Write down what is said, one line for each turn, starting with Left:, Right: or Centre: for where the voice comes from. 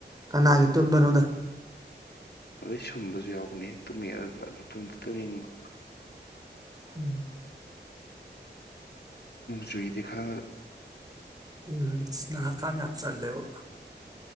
Right: ꯀꯅꯥꯒꯤ ꯇꯨꯝꯕꯅꯣꯗ
Left: ꯑꯗꯩ ꯁꯨꯝꯕꯁꯨ ꯌꯥꯎꯕꯅꯤ ꯇꯨꯝꯃꯤ ꯇꯧ ꯌꯦꯅꯤꯡꯕ
Right: ꯎꯝ
Left: ꯁꯨꯨꯏꯗꯥꯒ
Right: ꯎꯝ ꯁꯅ ꯀꯥꯠꯇ ꯂꯩꯦꯕ